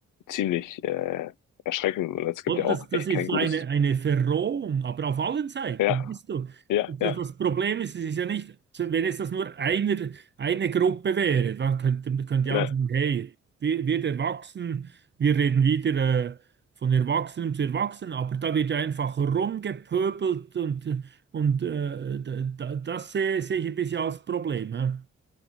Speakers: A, on the left; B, on the right.
A: ziemlich äh, erschreckend und es gibt
B: Oder
A: ja
B: das,
A: auch
B: das
A: echt
B: ist
A: kein
B: so
A: gutes.
B: eine, eine Verrohung, aber auf allen Seiten,
A: Ja,
B: weißt du.
A: ja,
B: Das
A: ja,
B: das Problem ist, es ist ja nicht, wenn es das nur einer, eine Gruppe wäre, dann könnte, könnte ja
A: ne,
B: sagen, hey, wir, wir Erwachsenen, wir reden wieder äh, von Erwachsenen zu Erwachsenen, aber da wird ja einfach rumgepöbelt und, und äh, da, das sehe, sehe ich ein bisschen als Problem. Ja?